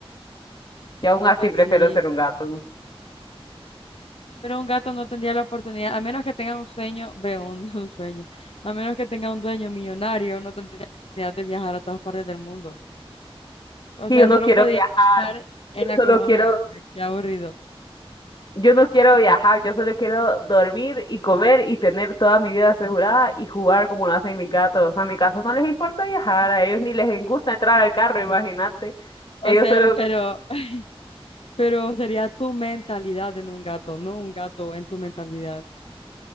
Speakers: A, on the left; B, on the left.
A: yo aún así
B: Pues
A: prefiero
B: sí.
A: ser un gato.
B: Pero un gato no tendría la oportunidad, a menos que tenga un sueño, veo un, <laughs> un sueño, a menos que tenga un dueño millonario, no tendría la oportunidad de viajar a todas partes del mundo. O
A: Y
B: sea,
A: yo no
B: solo
A: quiero
B: podía
A: viajar,
B: viajar en
A: yo
B: la
A: solo
B: colonia,
A: quiero
B: o sea, qué aburrido.
A: Yo no quiero viajar, yo solo quiero dormir y comer y tener toda mi vida asegurada y jugar como lo hacen mis gatos. A mis gatos no les importa viajar, a ellos ni les gusta entrar al carro, imagínate.
B: O
A: Ellos
B: sea,
A: solo,
B: pero, <laughs> pero sería tu mentalidad en un gato, no un gato en tu mentalidad.